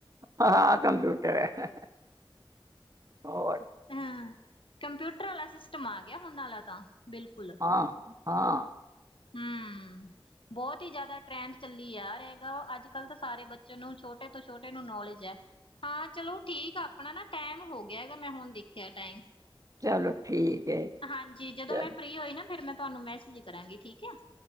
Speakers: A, on the right; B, on the left.
A: ਹਾਂ ਕੰਪਿਊਟਰ ਐ ਹੋਰ
B: ਹਾਂ ਕੰਪਿਊਟਰ ਆਲਾ ਸਿਸਟਮ ਆ ਗਿਆ ਹੁਣ ਆਲਾ ਤਾਂ ਬਿਲਕੁੱਲ
A: ਹਾਂ ਹਾਂ।
B: ਹੂੰ ਬੋਤ ਈ ਜਾਦਾ ਟ੍ਰੈਂਡ ਚੱਲੀ ਜਾ ਰਿਆਗਾ ਅੱਜ ਕੱਲ੍ਹ ਤਾਂ ਸਾਰੇ ਬੱਚੇ ਨੂੰ ਛੋਟੇ ਤੋਂ ਛੋਟੇ ਨੂੰ ਨੌਲੇਜ ਐ ਹਾਂ ਚਲੋ ਠੀਕ ਆ ਆਪਣਾ ਨਾ ਟੈਮ ਹੋ ਗਿਆ ਗਾ ਮੈਂ ਹੁਣ ਦੇਖਿਆ ਟਾਈਮ
A: ਚਲੋ ਠੀਕ। ਹੈ
B: ਹਾਂਜੀ ਜਦੋਂ
A: ਚ
B: ਮੈਂ ਫ੍ਰਰੀ ਹੋਈ ਨਾ ਫੇਰ ਮੈਂ ਤੁਹਾਨੂੰ ਮੈਸੇਜ ਕਰਾਂਗੀ ਠੀਕ ਇਆ